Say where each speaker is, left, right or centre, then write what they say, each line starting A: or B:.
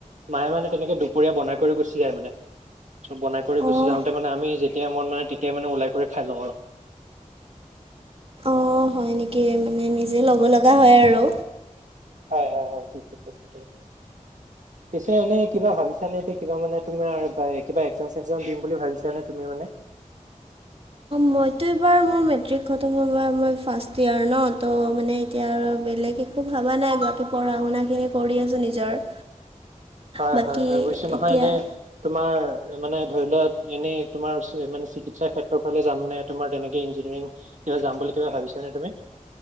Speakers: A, on the right; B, on the right.
A: মায়ে মানে তেনেকে দুপৰীয়া বনাই কৰি গুচি যায় মানে। বনাই কৰি গুচি
B: অঁ
A: যাওঁতে, মানে আমি যেতিয়াই মন মানে তেতিয়াই মানে ওলাই কৰি খাই লওঁ আৰু
B: অ', হয় নেকি, মানে নিজে ল'ব লগা হয় আৰু
A: হয়, হয়, হয়, ঠিকেই কৈছা‌ তুমি। পিছে, এনে কিবা ভাবিছা নে, এতিয়া কিবা মানে তুমাৰ বাই, কিবা এক্সাম চেক্সাম দিম বুলি ভাবিছানে, তুমি মানে
B: মইতো এইবাৰ মোৰ মেট্ৰিক খতম হল বা মই ফাৰ্ষ্ট ইয়াৰ ন ত' মানে এতিয়া আৰু বেলেগ একো ভাবা নাই, বাকী পঢ়া শুনা খিনি কৰি আছো নিজৰ।
A: হয়,
B: বাকী
A: হয়, হয়, বুজিছোঁ নহয়
B: এতিয়া
A: এনেই তোমাৰ, মানে ধৰি লোৱা, এনেই তোমাৰ চি মানে, চিকিৎসা ক্ষেত্ৰৰ ফালে যাম নে তোমাৰ তেনেকে, ইঞ্জিনিয়াৰিং কিবা যাম বুলি, কিবা ভাবিছা নে তুমি?